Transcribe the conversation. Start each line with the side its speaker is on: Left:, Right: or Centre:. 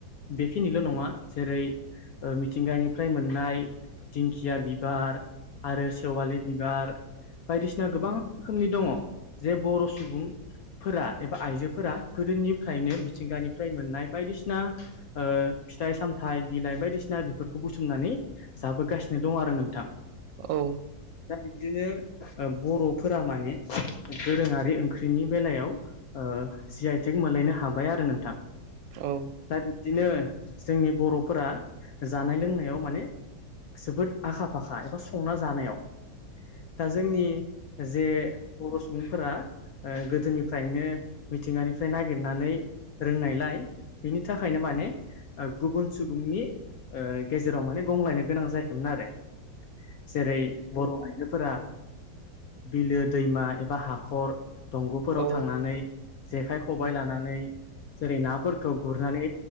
Left: बेखिनिल' नङा जेरै ओ मिथिंगानिफ्राय मोननाय दिंखिया बिबार आरो सेवालि बिबार बायदिसिना गोबां रोखोमनि दङ जे बर' सुबुंफो फोरा एबा आइजोफोरा गोदोनिफ्रायनो मिथिंगानिफ्राय मोननाय बायदिसिना ओ फिथाइ-सामथाइ बिलाइ बायदिसिना बेफोरखौ बुथुमनानैहा जाबोगासिनो दं आरो नोंथां।
Right: औ
Left: दा बिबदिनो ओ बर'फोरा माने दोरोङारि ओंख्रिनि बेलायाव ओ जि आइ थेक मोनलायनो हाबाय आरो नोंथां
Right: औ
Left: दा बिब्दिनो जोंनि बर'फोरा जानाय-लोंनायाव माने जोबोद आखा फाखा एबा संना जानायाव दा जोंनि जे बर' सुबुंफोरा ओ गोदोनिफ्रायनो मिथिंगानिफ्राय नागिरनानै रोंनायलाय बिनि थाखायनो माने ओ गुबुन सुबुंनि ओ गेजेराव माने गंलायनो गोनां जायाखैमोन आरो जेरै बर' आइजोफोरा बिलो दैमा एबा हाखर दंग'फोराव
Right: औ
Left: थांनानै जेखाइ खबाय लानानै जेरै नाफोरखौ गुरनानै